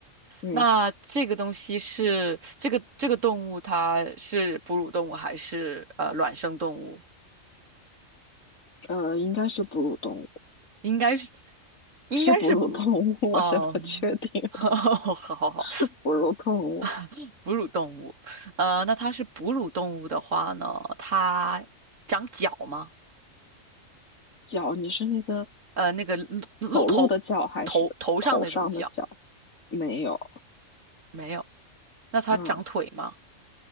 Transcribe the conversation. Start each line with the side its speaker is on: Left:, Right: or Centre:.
Left: 嗯，
Right: 那这个东西是这个这个动物，它是哺乳动物还是呃卵生动物？
Left: 呃，应该是哺乳动物，
Right: 应该是应该是哺乳哦，
Left: 是哺乳动物，<laughs> 我现在确定了
Right: <laughs> 好好好，
Left: 是哺乳动物。
Right: <laughs> 哺乳动物。呃，那它是哺乳动物的话呢，它长角吗？
Left: 脚，你是那个
Right: 呃，那个露鹿头
Left: 走路的脚还是头上的脚？
Right: 头头上那种角
Left: 没有，
Right: 没有？那它长腿吗？
Left: 嗯，